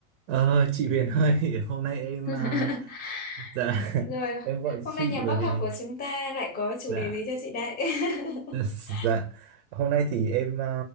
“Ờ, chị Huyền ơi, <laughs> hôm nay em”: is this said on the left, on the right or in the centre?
Right